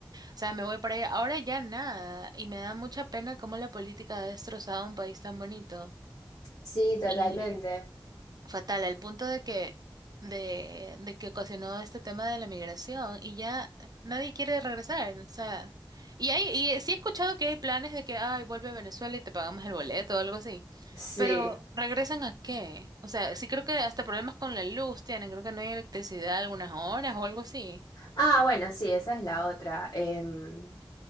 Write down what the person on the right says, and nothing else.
O sea, me voy para allá. Ahora ya nada, y me da mucha pena cómo la política ha destrozado un país tan bonito.
Y fatal, al punto de que, de, de que ocasionó este tema de la migración y ya nadie quiere regresar, o sea, y hay, y sí he escuchado que hay planes de que, ay, vuelve a Venezuela y te pagamos el boleto o algo así,
pero ¿regresan a qué? O sea, sí creo que hasta problemas con la luz tienen, creo que no hay electricidad algunas horas o algo así.